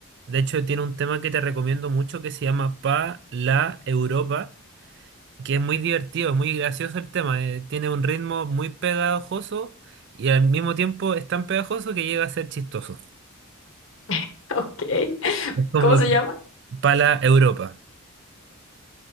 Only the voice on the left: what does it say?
<laughs> Ok.
¿Cómo se
llama?